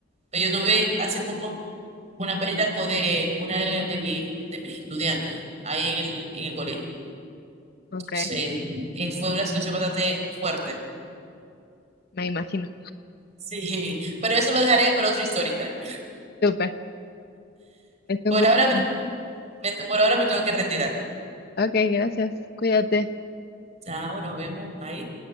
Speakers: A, on the right (about 35°); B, on the left (about 50°).
A: Pues Yo tuve hace poco una pérdida co- de una de, de mis, de mis estudiantes ahí en el, en el colegio.
B: ok,
A: Sí, y fue una situación <laughs> bastante fuerte.
B: me imagino.
A: Sí, pero eso lo dejaré para otro story time.
B: Súper, es un
A: Por
B: gusto.
A: ahora me, me- por ahora me tengo que retirar.
B: Ok, gracias, cuídate.
A: Chao, nos vemos. Ahí.